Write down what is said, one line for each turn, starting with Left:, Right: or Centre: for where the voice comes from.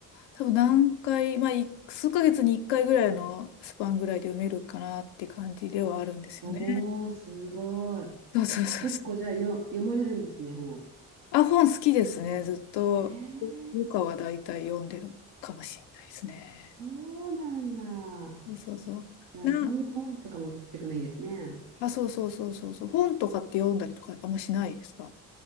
Left: 多分何回、まあ、い数ヶ月に1回ぐらいのスパンぐらいで読めるかなって感じではあるんですよね。
Right: おお、すごい。
Left: そうそうそうそう。
Right: 結構じゃあよ、読まれるんですね、本。
Left: あ、本好きですね。ずっと、
Right: えー、
Left: ルカは大体読んでるかもしれないですね。
Right: そうなんだ。
Left: そうそう。
Right: じゃあ、そういう本とか持ってくのいいですね。
Left: な、あ、そうそうそうそうそう。本とかって読んだりとかあんましないですか